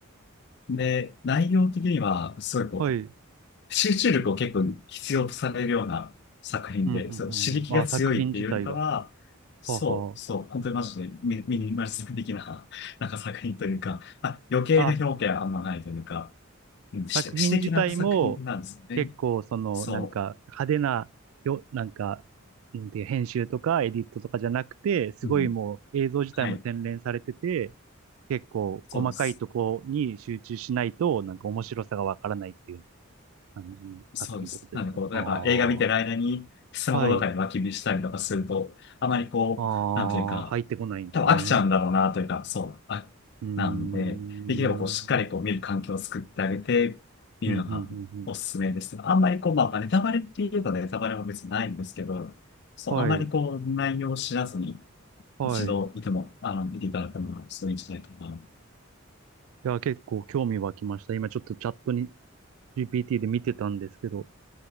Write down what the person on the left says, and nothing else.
で、内容的には、すごいこ
う、集中力を結構必要とされるような作品で、
そう、刺激が強いっていうよりかは、
そう、
そう、本当にマジでミ、ミニマリスト的な、<laughs> なんか作品というか、まあ、余計な表現はあんまないというか、
うん、詩詩的な作品なんですよね。
そ
う、うん、
はい、
そうです。
そうです。なんでこう、
やっぱ映画見てる間にスマホとかに脇見したりとかすると、
あまりこう、
なんというか、
多分飽きちゃうんだろうなというか、そう、あ、
なんで、できればこう、しっかりこう見る環境を作ってあげて、見るのがおすすめですけど、
あんまりこう、まあ、ネタバレって言えばネタバレも別にないんですけど、そう、
あんまりこう、内容を知らずに、
一度見ても、
あの、見ていただくのがすごいいいんじゃないかな。